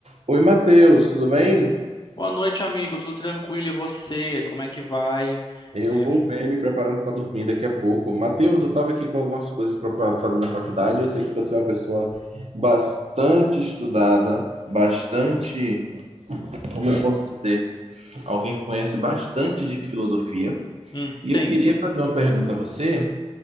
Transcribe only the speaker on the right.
Oi, Matheus, tudo bem?
Eu
vou bem, me preparando para dormir daqui a pouco. Matheus, eu estava aqui com algumas coisas para fazer na faculdade. Eu sei que você é uma pessoa bastante estudada, bastante, como eu posso dizer, alguém que conhece bastante de filosofia.
E
eu queria fazer uma pergunta a você,